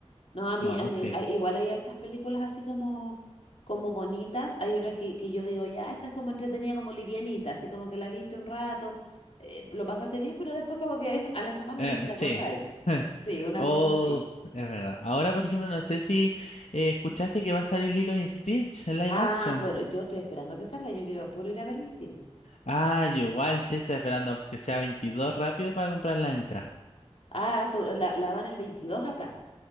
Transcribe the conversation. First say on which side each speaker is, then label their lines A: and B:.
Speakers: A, on the left (about 60°); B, on the left (about 80°).
A: No, a mí,
B: no,
A: a mí,
B: sí.
A: a- igual hay hartas películas así como, como bonitas. Hay otras que, que yo digo, ya, esta es como entretenida, como livianita, así como que la viste un rato, eh, lo pasaste bien, pero después como que <laughs> a la semana
B: Eh,
A: ya ni te
B: sí.
A: acordáis.
B: <laughs>
A: Sí, una
B: Oh,
A: cosa así.
B: es verdad. Ahora, por ejemplo, no sé si eh, escuchaste que va a salir Lilo y Stitch en live
A: Ah,
B: action.
A: bueno, yo estoy esperando a que salga, yo quiero puro ir a ver el cine.
B: Ah, yo igual sí estoy esperando que sea 22 rápido para comprar la entrada.
A: Ah, tú- la, la dan el 22 acá.